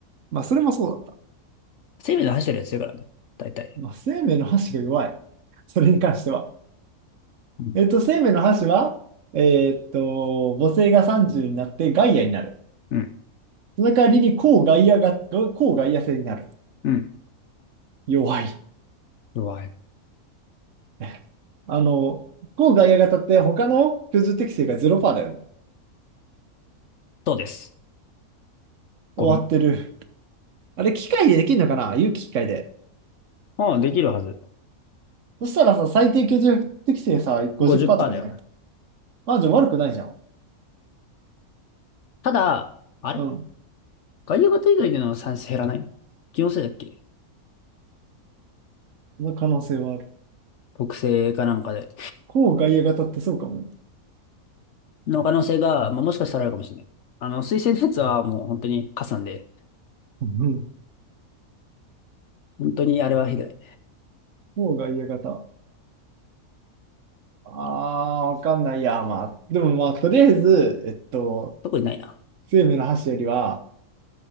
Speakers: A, on the right; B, on the left.
A: まあ、それもそうだった。
B: 生命の走ってるやつ強いからね。大体。
A: まあ、生命の箸が弱い。それに関しては。
B: うん。
A: えっと、生命の箸は、えーっと、母性が30になってガイアになる。
B: うん。
A: その代わりに、抗外野が、抗外野性になる。
B: うん
A: 弱い。
B: 弱い。
A: <laughs> あの、抗外野型って他の居住適性が0%だよね。
B: そうです。ゴミ。
A: 終わってる。あれ、機械でできるのかな有機機械で。
B: うん、できるはず。
A: そしたらさ、最低居住適性さ、50%
B: 50%
A: とかじゃなくて。
B: だよ。
A: あ、じゃあ悪くないじゃん。
B: ただ、あれ
A: うん。
B: 外野型以外での算成減らない気のせいだっけ
A: その可能性はある。
B: 特性かなんかで。
A: 抗外野型ってそうかもね。
B: の可能性が、まあ、もしかしたらあるかもしれない。あの、推薦のやつはもう本当に加算で、
A: うんう
B: 本当にあれはひどい。
A: 抗外野型。ああ、わかんないや。まあ、でもまあ、とりあえず、えっと、
B: 特にないな。
A: 生命の箸よりは、